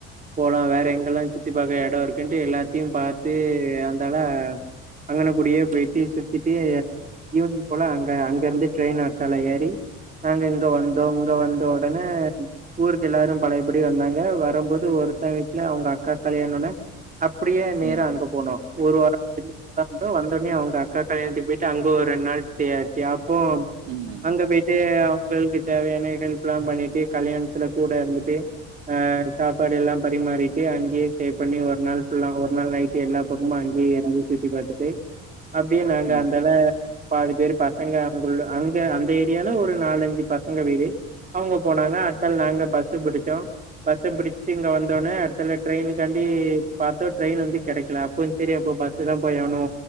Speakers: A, on the right (about 25°); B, on the right (about 85°).
A: போலா வேற எங்கெல்லா சுத்தி பாக்க எடோ இருக்குன்ட்டு எல்லாத்தையு பாத்து அந்தால அங்கன கூடியே போயிட்டு சுத்திட்டு ஈவினிங் போல அங்க அங்க இருந்து ட்ரெயின் அடுத்தால ஏறி நாங்க இங்க வந்தோ இங்க வந்த ஒடனே ஊருக்கு எல்லாரு பழையபடி வந்தாங்க வரும்போது ஒரு அத்தை வீட்ல அவங்க அக்கா கல்யாணோட அப்படியே
B: ம்,
A: நேர அங்க போனோ ஒரு வாரோ முடிஞ்சு அங்க வந்து வந்தோனே அவுங்க அக்கா கல்யாணத்துக்கு போயிட்டு அங்க ஒரு ரெண்டு நாள் ஸ்டே ஆயிச்சு அப்போ
B: ம்,
A: அங்க பொய்டு ஃப்ரெண்க்கு தேவையான ஹெல்ப் எல்லா பண்ணிட்டு கல்யாணத்துல கூட இருந்துட்டு ஆ சாப்பாடு எல்லா பரிமாறிட்டு அங்கியே ஸ்டே பண்ணி ஒரு நாள் ஃபுல்லா ஒரு நாள் நைட்டு எல்லா பக்கமு அங்கியே இருந்து சுத்தி பாத்துட்டு அப்டியே நாங்க
B: ம்.
A: அந்தாள பாதி பேரு பசங்க அங்குள்ள அங்க அந்த ஏரியால ஒரு நாலஞ்சு பசங்க வீடு அவுங்க போனாங்க அடுத்தாள் நாங்க பஸ் பிடிச்சோ பஸ்ச பிடிச்சிட்டு இங்க வந் உட்டோனே அடுத்துல ட்ரெயினுக்காண்டி பாத்தோ ட்ரெயின் வந்து கெடைக்கல அப்றோ சரி அப்ப பஸ்சு தா போயாகணு